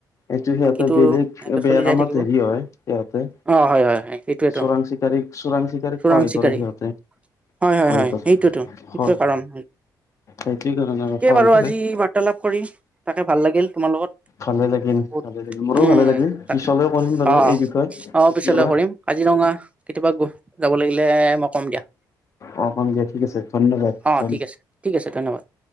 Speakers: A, on the left; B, on the right.
A: একটো সিহঁতে
B: বাকীতো
A: বেলেগ
B: এনেকে
A: বেয়া
B: চলি যাই
A: কামত
B: থাকিব
A: হেৰি হয়। সিহঁতে
B: অ হয় হয় হয় সেইটোৱেতো
A: চোৰাং চিকাৰীক চোৰাং চিকাৰীক
B: চোৰাং
A: সহায়
B: চিকাৰী
A: কৰে। সিহঁতে
B: হয়। হয়।
A: সহায়
B: হয়।
A: কৰে
B: এইটোতো
A: হয়
B: এইটোৱ কাৰণে
A: সেইটো কাৰণে
B: ঠিকেই
A: সহায়
B: বাৰু
A: কৰে
B: আজি বাৰ্তালাপ কৰিম তাকে ভাল লাগিল। তোমাৰ লগত
A: ভালে লাগিল ভালে লাগিল মোৰো
B: উম',
A: ভালে লাগিল পিছলৈ
B: তাকে অ,
A: কৰিম বাৰু
B: অ,
A: এই বিষয়ে কেতিয়াবা
B: পিছলৈ কৰিম কাজিৰঙা কেতিয়াবা গৈ যাব লাগিলে। মই কম দিয়া।
A: অ', অকিয় ঠিক আছে,। ধন্যবাদ
B: অ
A: ধন
B: ঠিক আছে ঠিক আছে। ধন্যবাদ